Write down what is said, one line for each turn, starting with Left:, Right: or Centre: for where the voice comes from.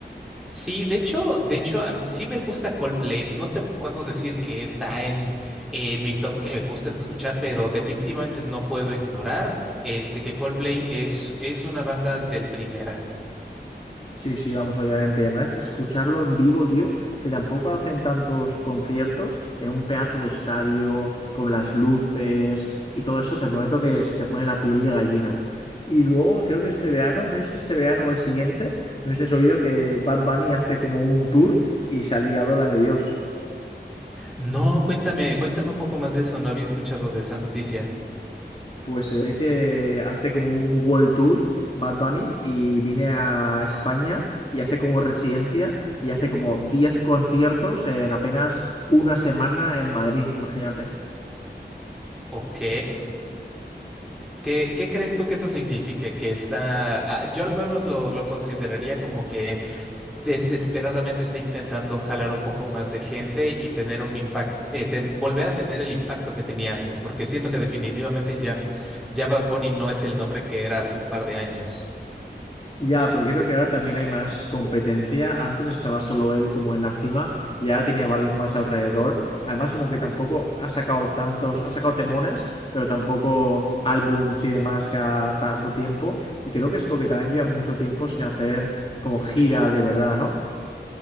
Centre: Sí, de hecho, de hecho, a- sí me gusta Coldplay. No te puedo decir que está en, en mi top que me gusta escuchar, pero definitivamente no puedo ignorar este que Coldplay es, es una banda del primera.
Left: Sí, sí, vamos, obviamente. Además, escucharlo en vivo, tío, que tampoco hacen tantos conciertos en un pedazo de estadio, con las luces y todo eso, te prometo que se te pone la piel de gallina. Y luego, creo que este verano, no es este verano o el siguiente, no sé si has oído que Bad Bunny hace como un tour y se ha liado la de Dios.
Centre: No, cuéntame, cuéntame un poco más de eso. No había escuchado de esa noticia.
Left: pues se ve que hace como un world tour Bad Bunny y viene a España y hace como residencia y hace como 10 conciertos en apenas una semana en Madrid, imagínate.
Centre: Ok. ¿Qué, qué crees tú que eso signifique? Que está, ah, yo al menos lo, lo consideraría como que desesperadamente está intentando jalar un poco más de gente y tener un impacto, eh, ten- volver a tener el impacto que tenía antes, porque siento que definitivamente ya, n- ya Bad Bunny no es el nombre que era hace un par de años.
Left: Ya, porque creo que ahora también hay más competencia. Antes estaba solo él como en la cima, ya tenía varios más alrededor. Además, como que tampoco ha sacado tantos, ha sacado temones, pero tampoco álbums y demás cada tanto tiempo. Y creo que es porque también lleva mucho tiempo sin hacer como gira de verdad, ¿no?